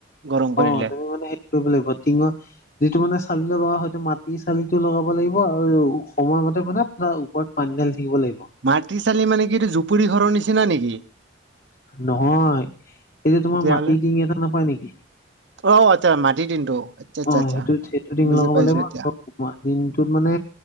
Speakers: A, on the right; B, on the left.
A: গৰম পৰিলে
B: অ', তুমি মানে সেই কৰিব লাগিব টিঙত যিটো মানে চালি লগাব হয়তো মাটিৰ চালিটো লগাব লাগিব আৰু সময়মতে মানে পুৰা ওপৰত পানী ঢালি থাকিব লাগিব।
A: মাটি চালি মানে কি, এইটো জুপুৰি ঘৰৰ নিচিনা নেকি?
B: নহয়, এই যে তোমাৰ
A: তেতিয়াহ'লে
B: মাটিৰ টিং এটা নাপায় নেকি?
A: অ', আচ্ছা মাটিৰ টিনটো। আচ্ছা
B: অ',
A: আচ্ছা
B: সেইটোত সেইটো টিং
A: বুজি
B: লগাব
A: পাইছো
B: লাগিব
A: এতিয়া
B: আৰু দিনটোত মানে